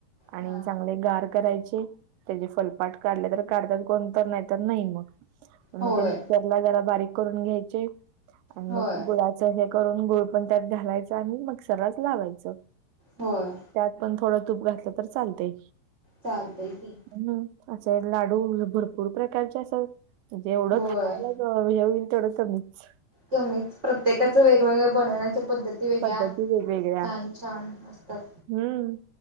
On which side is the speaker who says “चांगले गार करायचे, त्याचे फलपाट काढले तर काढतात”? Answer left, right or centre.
Right